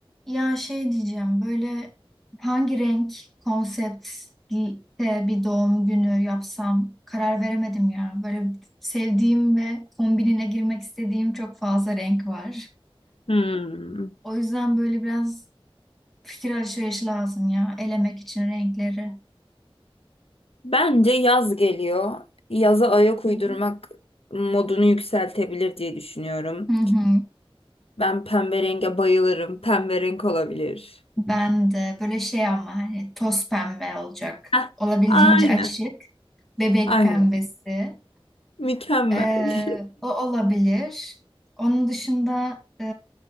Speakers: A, in the centre; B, on the left.
A: Ya şey diyeceğim böyle hangi renk konseptte bir doğum günü yapsam karar veremedim ya. Böyle sevdiğim ve kombinine girmek istediğim çok fazla renk var.
B: Hmm.
A: O yüzden böyle biraz fikir alışverişi lazım ya elemek için renkleri.
B: Bence yaz geliyor. Yaza ayak
A: Hı hı.
B: uydurmak modunu yükseltebilir diye düşünüyorum.
A: Hı hı.
B: Ben pembe renge bayılırım. Pembe renk olabilir.
A: Ben de böyle şey ama hani toz pembe olacak.
B: Heh,
A: Olabildiğince
B: aynen.
A: açık. Bebek
B: Aynen.
A: pembesi.
B: Mükemmel.
A: Ee,
B: <laughs>
A: o olabilir. Onun dışında e,